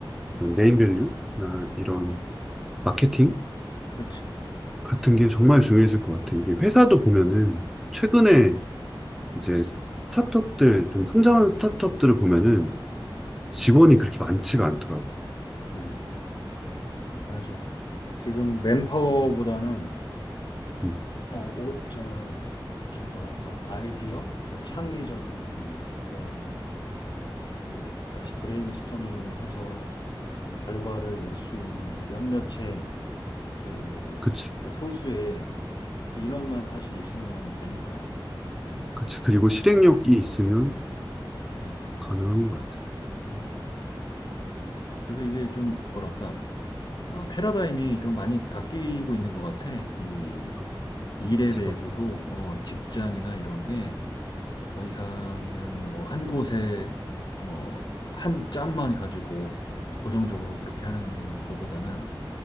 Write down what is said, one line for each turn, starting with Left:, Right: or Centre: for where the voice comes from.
Centre: 네임밸류나 이런 마케팅
Left: 그렇지.
Centre: 같은 게 정말 중요해질 것 같아. 이게 회사도 보면은 최근에 이제 스타트업들 좀 성장하는 스타트업들을 보면은 직원이 그렇게 많지가 않더라고.
Left: 음, 맞아. 지금 맨파워보다는
Centre: 음,
Left: 어, 오, 저, 좀 뭐랄까 아이디어, 뭐 창의적인 뭐 그런 그 같이 브레인스토밍을 해서 좀 결과를 낼 수 있는 몇몇의 그,
Centre: 그치,
Left: 그 소수의 그 인원만 사실 있으면 되니까.
Centre: 그치. 그리고 실행력이 있으면
Left: 음.
Centre: 가능한 것 같아.
Left: 음. 그래서 이게 좀 뭐랄까 어, 패러다임이 좀 많이 바뀌고 있는 것 같아. 이
Centre: 아,
Left: 일에
Centre: 직업
Left: 대해서도 어, 직장이나 이런 게 더 이상은 뭐 한 곳에 뭐 한 짬만 가지고 고정적으로 그렇게 하는 것보다는